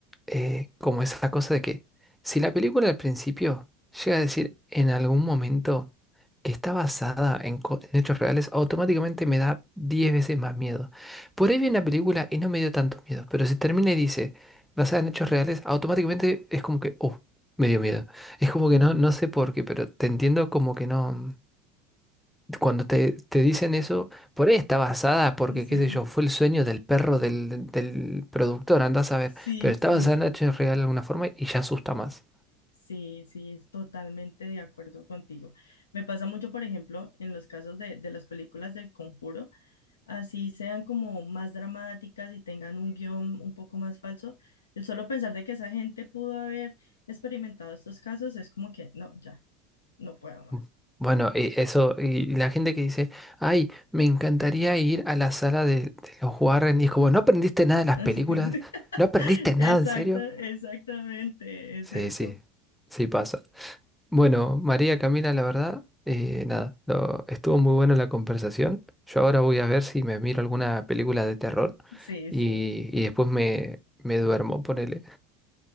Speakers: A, in the centre; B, on the left.
A: eh, como esa cosa de que si la película al principio llega a decir en algún momento que está basada en, co- en hechos reales, automáticamente me da 10 veces más miedo. Por ahí vi una película y no me dio tanto miedo, pero si termina y dice basada en hechos reales, automáticamente es como que, oh, me dio miedo. Es como que no, no sé por qué, pero te entiendo como que no. Cuando te, te dicen eso, por ahí está basada, porque
B: Sí,
A: qué sé yo, fue el sueño del perro del, del productor, andás a ver,
B: sí,
A: pero está
B: sí,
A: basada en hechos real de alguna forma y ya asusta más.
B: sí, sí, es totalmente de acuerdo contigo. Me pasa mucho, por ejemplo, en los casos de, de las películas del Conjuro, así sean como más dramáticas y tengan un guión un poco más falso, el solo pensar de que esa gente pudo haber experimentado estos casos es como que, no, ya, no puedo más.
A: Mm. Bueno, y eso, y la gente que dice, ay, me encantaría ir a la sala de, de los Warren, y es como, ¿no aprendiste nada de las
B: <laughs>
A: películas? ¿No aprendiste nada
B: Exacto,
A: en serio?
B: exactamente, es
A: Sí,
B: eso.
A: sí, sí pasa. Bueno, María Camila, la verdad, eh, nada, lo- estuvo muy buena la conversación. Yo ahora voy a ver si me miro alguna película de terror
B: Sí,
A: y,
B: sí.
A: y después me, me duermo, ponele.